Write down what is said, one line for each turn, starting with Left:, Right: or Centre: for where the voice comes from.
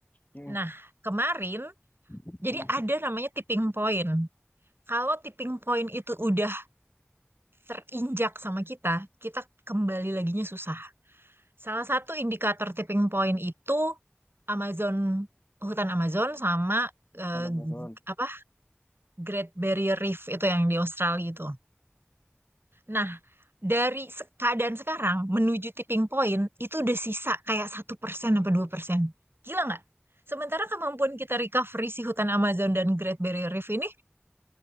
Left: mhm,
Right: Nah, kemarin
Left: mhm.
Right: jadi ada namanya tipping point. Kalau tipping point itu udah terinjak sama kita, kita kembali laginya susah. Salah satu indikator tipping point itu Amazon hutan Amazon sama eh,
Left: Tanam Amazon.
Right: apa Great Barrier Reef itu yang di Australia itu. Nah, dari se- keadaan sekarang menuju tipping point itu udah sisa kayak satu persen apa dua persen Gila nggak? Sementara kemampuan kita recovery si hutan Amazon dan Great Barrier Reef ini,